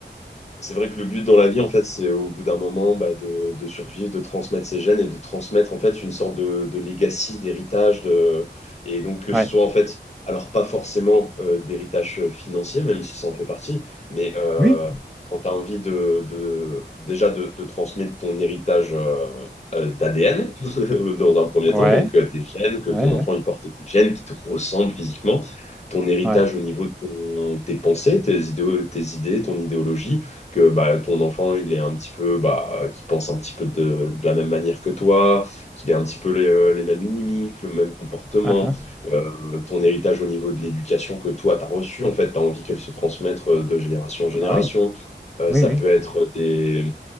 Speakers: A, on the left; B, in the centre.
A: c'est vrai que le but dans la vie, en fait, c'est au bout d'un moment bah, de, de survivre, de transmettre ses gènes et de transmettre en fait une sorte de, de legacy, d'héritage. De... Et donc que ce
B: Ouais.
A: soit en fait, alors pas forcément euh, d'héritage financier, même si ça en fait partie, mais euh,
B: Oui.
A: quand tu as envie de, de déjà de, de transmettre ton héritage euh, euh, d'ADN <laughs> dans un premier
B: Ouais.
A: temps, donc euh, tes gènes, que
B: Ouais.
A: ton enfant
B: Ouais.
A: il porte tes gènes qui te ressemblent physiquement, ton héritage
B: Ouais.
A: au niveau de ton- tes pensées, tes idéaux- tes idées, ton idéologie que bah, ton enfant, il est un petit peu, bah, qu'il pense un petit peu de, de la même manière que toi, qu'il ait un petit peu les, euh, les mêmes mimiques, le même comportement,
B: Ah, ah.
A: euh, ton héritage au niveau de l'éducation que toi, tu as reçu, en fait, tu as envie qu'elle se transmette euh, de génération en génération.
B: Ah bah oui.
A: Euh,
B: Oui,
A: ça
B: oui.
A: peut être des...